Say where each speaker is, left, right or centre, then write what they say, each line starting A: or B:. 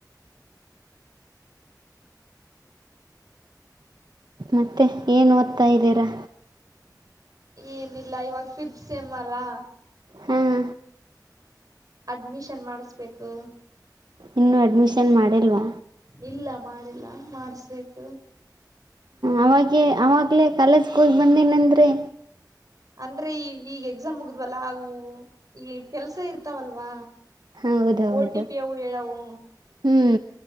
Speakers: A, on the right; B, on the right.
A: ಮತ್ತೆ ಏನು ಓದ್ತಾ ಇದ್ದೀರಾ.
B: ಏನಿಲ್ಲ ಇವಾಗ ಪಿಪ್ತ ಸೇಮ್ ಅಲ್ಲಾ
A: ಹಾಂ
B: ಅಡ್ಮಿಷನ್ ಮಾಡಿಸ್ಬೇಕು.
A: ಇನ್ನೂ ಅಡ್ಮಿಷನ್ ಮಾಡಿಲ್ವಾ.
B: ಇಲ್ಲ ಮಾಡಿಲ್ಲ ಮಾಡಸ್ಬೇಕು.
A: ಆವಾಗೆ ಆವಾಗ್ಲೇ ಕಾಲೇಜ್ ಹೋಗಿ ಬಂದೆನಂದ್ರಿ.
B: ಅಂದ್ರೆ ಈ ಈಗ ಎಕ್ಸಾಮ್ ಮುಗಿದ್ವಲ್ಲ ಅವು ಈ ಕೆಲ್ಸ ಇರ್ತಾವಲ್ವಾ
A: ಹೌದೌದು
B: ಓ ಟಿ ಪಿ ಅವು ಹೇಳವು
A: ಹ್ಞೂ